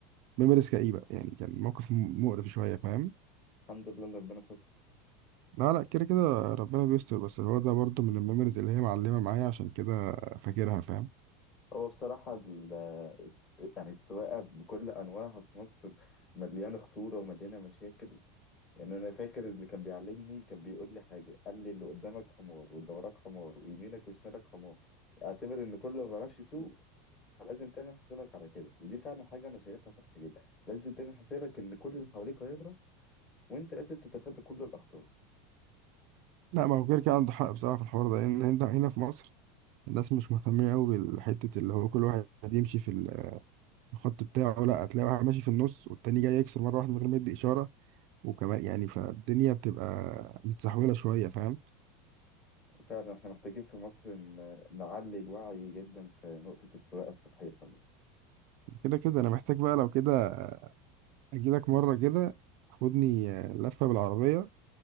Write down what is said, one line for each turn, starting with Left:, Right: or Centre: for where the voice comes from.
Right: ميموريز كئيبة يعني كان موقف م- مقرف شوية فاهم
Left: الحمد لله ان ربنا ستر
Right: لا لا كده كده ربنا بيستر بس هو ده برضو من الميموريز اللي هي معلمة معايا عشان كده فاكرها فاهم
Left: هو بصراحه ال- الس- يعني السواقه بكل انواعها في مصر مليانه خطوره ومليانه مشاكل يعني انا فاكر اللي كان بيعلمني كان بيقول لي حاجه قال لي اللي قدامك حمار واللي وراك حمار ويمينك وشمالك حمار اعتبر ان كل ما بيعرفش يسوق لازم تعمل حسابك على كده ودي فعلا حاجه انا شايفها صح جدا لازم تعمل حسابك ان كل اللي حواليك هيغلط وانت لازم تتفادى كل الاخطار
Right: لا ما هو كده كده عنده حق بصراحة في الحوار ده لأن هنا هنا في مصر الناس مش مهتمية أوي بالحتة اللي هو كل واحد يمشي في ال- الخط بتاعه لا هتلاقي واحد ماشي في النص والتاني جاي يكسر مرة واحدة من غير ما يدي إشارة وكمان يعني فالدنيا بتبقى متسحولة شوية فاهم
Left: فعلا احنا محتاجين في مصر ن- نعلي الوعي جدا في نقطة السواقة الصحيحة دي
Right: كده كده انا محتاج بقى لو كده اجيلك مره كده خدني آه، لفه بالعربيه